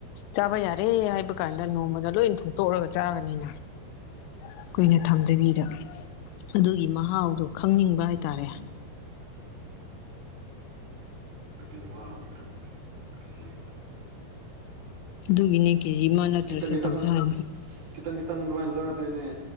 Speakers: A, on the left (about 85°); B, on the right (about 55°).
A: ꯆꯥꯕ ꯌꯥꯔꯦ ꯍꯥꯏꯕ ꯀꯥꯟꯗ ꯅꯣꯡꯃꯗ ꯂꯣꯏ ꯊꯣꯡꯇꯣꯛꯑꯒ ꯆꯥꯕꯅꯤꯅ ꯑꯩꯈꯣꯏꯅ ꯊꯝꯗꯕꯤꯗ ꯑꯗꯨꯒꯤ ꯃꯍꯥꯎꯗꯣ ꯈꯪꯅꯤꯡꯕ ꯍꯥꯏꯇꯥꯔꯦ
B: ꯑꯗꯨꯗꯤ ꯃꯥꯡꯗ꯭ꯔꯥ ꯑꯗꯨꯗꯤ ꯀꯦꯖꯤ ꯑꯃ
A: ꯑꯗꯨꯒꯤꯅꯦ ꯀꯦꯖꯤ ꯑꯃ ꯅꯠꯇ꯭ꯔꯁꯨ
B: ꯈꯤꯇꯪ ꯈꯤꯇꯪ
A: ꯇꯪꯈ꯭ꯔꯥ
B: ꯈꯤꯇꯪ ꯈꯤꯇꯪ ꯑꯗꯨꯃꯥꯏꯅ ꯆꯥꯗꯣꯏꯅꯦ